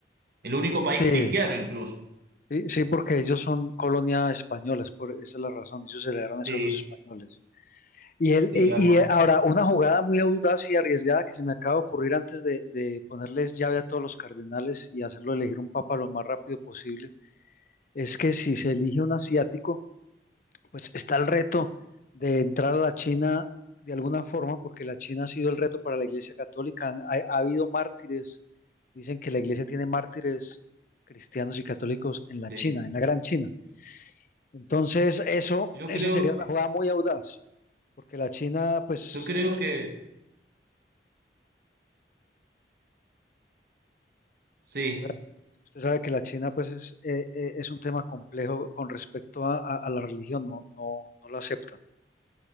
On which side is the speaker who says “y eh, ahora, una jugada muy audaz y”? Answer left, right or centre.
Left